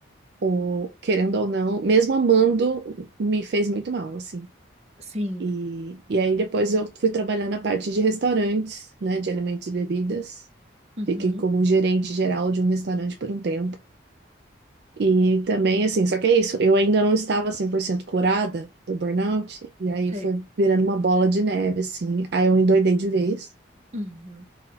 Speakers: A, on the right (about 55°); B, on the right (about 35°).
A: O... Querendo ou não, mesmo amando, me fez muito mal, assim.
B: sim,
A: E, e aí depois eu fui trabalhar na parte de restaurantes, né, de alimentos e bebidas.
B: uhum,
A: Fiquei como gerente geral de um restaurante por um tempo. E também, assim, só que é isso, eu ainda não estava 100% curada do burnout, e aí
B: sei,
A: foi virando uma bola de neve, assim. Aí eu endoidei de vez.
B: uhum,